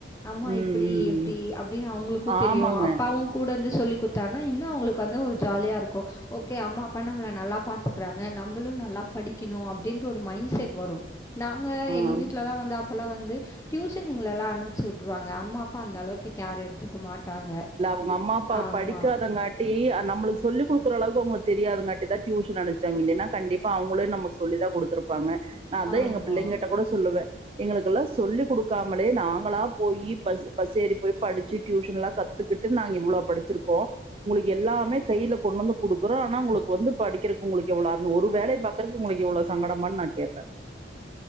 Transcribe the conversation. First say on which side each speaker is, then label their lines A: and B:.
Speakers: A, on the left; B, on the right.
A: ஆம்மா
B: ம்,
A: இப்டி
B: ம்.
A: எப்டி
B: ம்.
A: அப்டின்னு அவங்களுக்கு
B: ஆமாங்க.
A: தெரியு ஊன் கூட இருந்து சொல்லி குடுத்தாருன்னா இன்னு அவங்களுக்கு வந்து ஒரு ஜாலியா இருக்கு ஓகே அம்மா அப்பா நம்மள நல்லா பாத்துக்கறாங்க நம்பளு நல்லா படிக்கணு அப்டின்ற ஒரு மைண்ட செட் வரு நாங்க
B: ஆ.
A: எங்க வீட்லல்லா வந்து அ ப்பலா வந்து டியூஷன் எங்களெல்லா அனுச்சிவிட்டுருவாங்க அம்மா அப்பா அந்தளவுக்கு கேர் எடுத்துக்க மாட்டாங்க
B: உங்க அம்மா அப்பா
A: ஆமாம்
B: படிக்காதங்காட் காட்டி நம்மளுக்கு சொல்லி குடுக்கற அளவுக்கு அவங்களுக்கு தெரியாதுங்காட்டிதா ட்யூசன் அனுச்சாங்க இல்லைனா கண்டிப்பா அவங்களு நமக்கு சொல்லி தா குடுத்துருப் இருப்பாங்க நா அது
A: ஆமா.
B: எங்க பிள்ளைங்கிட்ட கூட சொல்லுவே எங்களுக்குல்லா சொல்லிக் குடுக்காமலே நாங்களா போய் பஸ் பஸ் ஏறி போய் படிச்சு ட்யூஷன்ல்லா கத்துக்கிட்டு நாங்க இவ்வளோ படிச்சிருக்கோ உங்களுக்கு எல்லாமே கையில கொண்டு வந்து குடுக்குறோ ஆனா உங்களுக்கு வந்து படிக்கிறக்கு உங்களுக்கு எவ்ளோ அந்த ஒரு வேலை பா க்குறக்கு உங்களக்கு இவ்ளோ சங்கடமான் நா கேப்ப